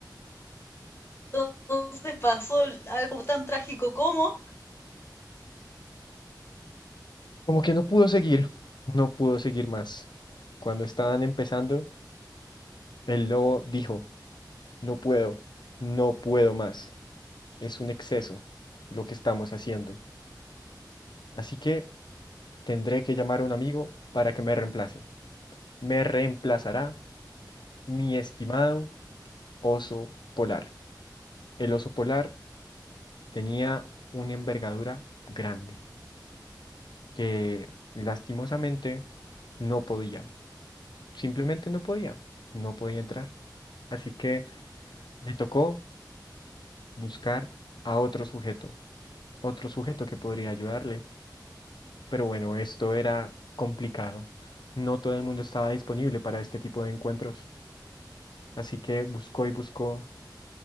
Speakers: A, on the left; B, on the left.
A: entonces pasó algo tan trágico como
B: como que no pudo seguir, no pudo seguir más. Cuando estaban empezando, el lobo dijo, no puedo, no puedo más, es un exceso lo que estamos haciendo. Así que tendré que llamar a un amigo para que me reemplace. Me reemplazará mi estimado oso polar. El oso polar tenía una envergadura grande que lastimosamente no podía. Simplemente no podía, no podía entrar. Así que le tocó buscar a otro sujeto, otro sujeto que podría ayudarle. Pero bueno, esto era complicado. No todo el mundo estaba disponible para este tipo de encuentros. Así que buscó y buscó